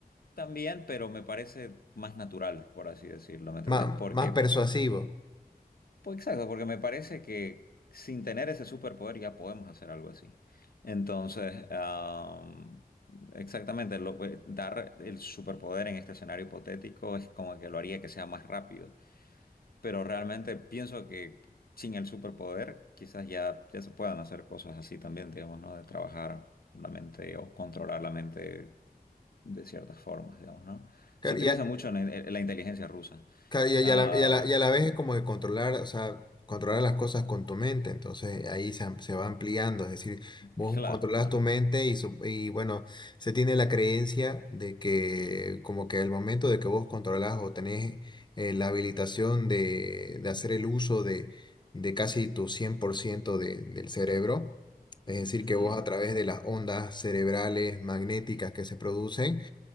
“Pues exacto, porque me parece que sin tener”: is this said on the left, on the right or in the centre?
Left